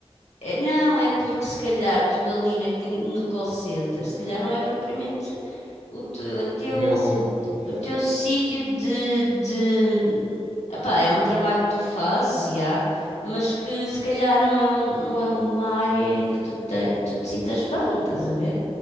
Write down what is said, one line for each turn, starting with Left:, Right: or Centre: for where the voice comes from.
Left: É, Não, é porque se calhar tu ali na- no call center, se calhar não é propriamente o teu, o teu,
Right: O meu sítio, e
Left: o
Right: há.
Left: teu sítio de, de... Epá, é um trabalho que tu fazes, e há, mas que se calhar não é, um- não é uma área em que tu te, que tu te sintas bem, estás a ver?